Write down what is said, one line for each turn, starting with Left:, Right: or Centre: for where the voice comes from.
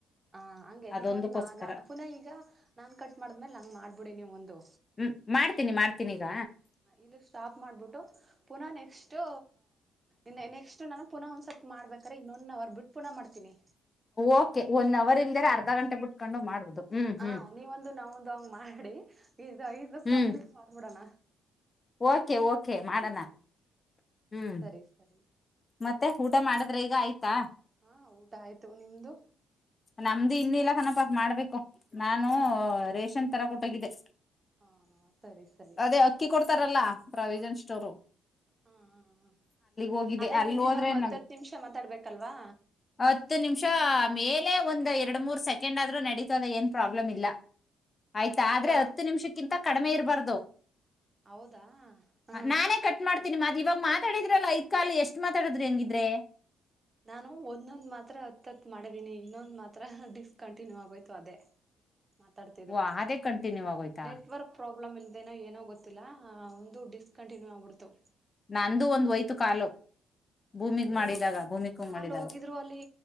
Right: ಹ ಹಂಗ
Left: ಅದೊಂದಕ್ಕೋಸ್ಕರ
Right: ನೀ ಒಂದ ನಾಕ್ ದಿನಾ ಈಗ ಫೋನ್ ಕಟ್ ಮಾಡಿದಮೇಲ ಹಂಗ್ ಮಾಡ್ಬಿಡು ನೀವೊಂದು
Left: ಇ ಮಾಡ್ತೀನಿ ಮಾಡ್ತೀನಿ ಈಗ
Right: ಇಲ್ಲಿ ಸ್ಟಾಪ್ ಮಾಡಬಿಟ್ಟು ಪುನಃ ನೆಕ್ಸ್ಟು ಇನ್ನ ನೆಕ್ಸ್ಟು ನಾನು ಪುನಃ ಒಂದಸತಿ ಮಾಡ್ಬೇಕಾದ್ರೆ ಇನ್ನೊಂದ್ ಹವರ್ ಬಿಟ್ಟಣ ಮಾಡತೀನಿ
Left: ಓಕೆ ಒನ್ ಅವರ್ ಇಂದರ ಅರ್ಧ ಗಂಟೆ ಬಿಟ್ಕೊಂಡು ಮಾಡಬದು ಹ್ಮ್ ಹ್ಮ್
Right: ಅ ನೀವೊಂದು ನಾವೊಂದು ಅಂಗ ಮಾಡಿ ಈಗ ಐದ್ ದಿವಸ
Left: ಹ್ಮ್
Right: ಕಂಪ್ಲೀಟ್ ಮಾಡ್ಬಿಡಣ
Left: ಓಕೆ ಓಕೆ ಮಾಡಣ ಹ್ಮ್
Right: ಸರ ಸರಿ
Left: ಮತ್ತೆ ಊಟ ಮಾಡಿದ್ರಾ ಈಗ ಆಯ್ತಾ
Right: ಹು ಊಟಾ ಆಯ್ತು ನಿಮ್ದು
Left: ನಮ್ದು ಇನ್ನು ಇಲ್ಲ ಕನಪ ಮಾಡ್ಬೇಕು ನಾನು
Right: ಹ್ಮ್
Left: ರೇಷನ್ ತರಕತ ಹೊಗಿದ್ದೆ
Right: ಹಾ ಸರಿ ಸರಿ.
Left: ಅದು ಅಕ್ಕಿ ಕೊಡ್ತಾರಲ್ಲಾ ಪ್ರಾವಿಜನ್ ಸ್ಟೋರ್
Right: ಹ್ಮ್ ಹ್ಮ ಹ್ಮ
Left: ಹೋಗಿದೆ
Right: ಅದೇ
Left: ಅಲ್ಲಿ
Right: ಮಿನಿಮಮ್
Left: ಹೋದ್ರೆ
Right: ಹತ್ತತ್ತ
Left: ನಂಗ್
Right: ನಿಮಿಷ ಮಾತಾಡ್ಬೇಕಲ್ವಾ
Left: ಹತ್ತು ನಿಮಿಷ ಮೇಲೆ ಒಂದ ಎರಡ ಮೂರ್ ಸೆಕೆಂಡ್ ಆದ್ರೂ ನಡೀತದೆ ಏನ್ ಪ್ರಾಬ್ಲಮ ಇಲ್ಲ ಆಯ್ತ ಆದ್ರೆ
Right: ಅಲ್ಲ ಅವ್ರ
Left: ಹತ್ತ ನಿಮಿಷಕ್ಕಿಂತ ಕಿಂತ ಕಡಿಮೆ ಇರಬಾರ್ದು.
Right: ಹೌದಾ ಹ್ಮ.
Left: ನಾನೇ ಕಟ್ ಮಾಡತಿನಿ ಮತ್ ಇವಾಗ ಮಾತಾಡಿದ್ರಲ್ಲ ಐದ್ ಕಾಲ್ ಎಷ್ಟ್ ಮಾತಾಡಿದ್ರಿ ಹಂಗಿದ್ರೆ
Right: ನಾನು ಒಂದೊಂದ ಮಾತ್ರ ಹತ್ತತ್ ಮಾಡಿದೀನಿ ಇನ್ನೊಂದು ಮಾತ್ರ ಡಿಸ್ಕಂಟಿನ್ಯೂ ಆಗೋಯ್ತು ಅದೇ ಮಾತಾಡ್ತಿದೆ
Left: ವಾ ಅದೇ ಕಂಟಿನ್ಯೂ ಆಗೋಯ್ತಾ
Right: ನೆಟ್ವರ್ಕ್ ಪ್ರಾಬ್ಲಮ್ ಇಲ್ದೇನೋ ಏನೋ ಗೊತ್ತಿಲ್ಲ ಒಂದು ಡಿಸ್ಕಂಟಿನ್ಯೂ ಆಗ್ಬಿಡ್ತು
Left: ನಂದು ಒಂದ್ ಒಯ್ತು ಕಾಲು ಭೂಮಿಗ್
Right: ಹೋಗ್
Left: ಮಾಡಿದಾಗ ಭೂಮಿಕಂಗ್
Right: ಕಾಲ್
Left: ಮಾಡಿದಾಗ
Right: ಹೋಗಿದ್ರು ಅಲ್ಲಿ